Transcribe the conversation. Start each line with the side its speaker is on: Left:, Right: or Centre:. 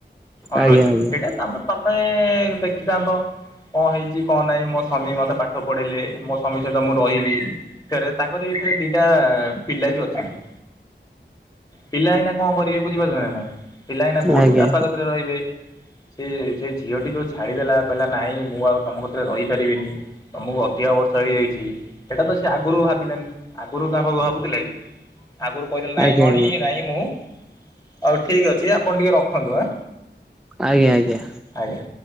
Left: ଅନୁଚିତ୍
Centre: ଆଜ୍ଞା ଆଜ୍ଞା।
Left: ସେଇଟା ତମେ ତମ ପାଇଁ ଦେଖିଥାନ୍ତ କଣ ହେଇଚି କଣ ନାଇଁ, ମୋ ସ୍ୱମୀ ମତେ ପାଠ ପଢେଇଲେ ମୋ ସ୍ବମୀ ସହିତ ମୁଁ ରହିବି। ଫେରେ ତାଙ୍କର ଏଥିରେ ଦିଟା ପିଲା ବି ଅଛନ୍ତି। ପିଲା ଏଇନା କଣ କରିବେ ବୁଝିପାରୁଛନ୍ତି ନା ନାଇଁ, ପିଲା ଏଇନା କୋଉଠି
Centre: ଆଜ୍ଞା ଆଜ୍ଞା
Left: ବାପା କତିରେ ରହିବେ। ସେ ଝିଅଟି ଯଉ ଛାଡ଼ିଦେଲା କହିଲା ନାଇଁ ମୁଁ ଆଉ ତମ କତିରେ ରହିପାରିବିନି। ତମକୁ ଅଧିକା ବର୍ଷ ହେଇଯାଇଚି। ସେଇଟା ତ ସେ ଆଗରୁ ଭାବିଲାନି। ଆଗରୁ ତାହା ଭାବୁଥିଲା କି? ଆଗରୁ କହିଥିଲେ ନାଇଁ
Centre: ଆଜ୍ଞା
Left: କଣ କି ନାଇଁ ମୁଁ, ହଉ ଠିକ୍ ଅଛି ଆପଣ ଟିକେ ରଖନ୍ତୁ ଆଁ।
Centre: ଆଜ୍ଞା ଆଜ୍ଞା।
Left: ଆଜ୍ଞା।